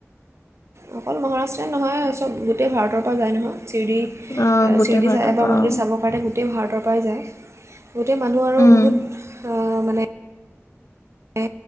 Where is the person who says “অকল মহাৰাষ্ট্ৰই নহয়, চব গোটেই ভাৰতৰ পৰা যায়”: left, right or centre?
Right